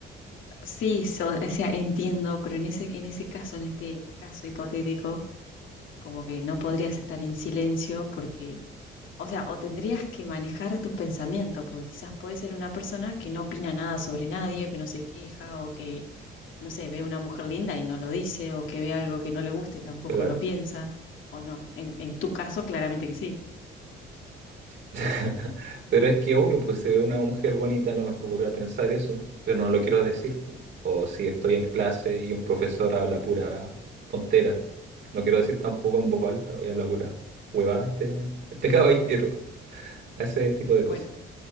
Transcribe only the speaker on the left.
sí, so- o sea, entiendo, pero en ese, en ese caso, en este caso hipotético, como que no podrías estar en silencio porque O sea, o tendrías que manejar tus pensamientos, porque quizás puede ser una persona que no opina nada sobre nadie, que no se queja, o que, no sé, ve una mujer linda y no lo dice, o que ve algo que no le gusta y tampoco
lo piensa, o no. En, en tu caso, claramente que sí.
Bueno,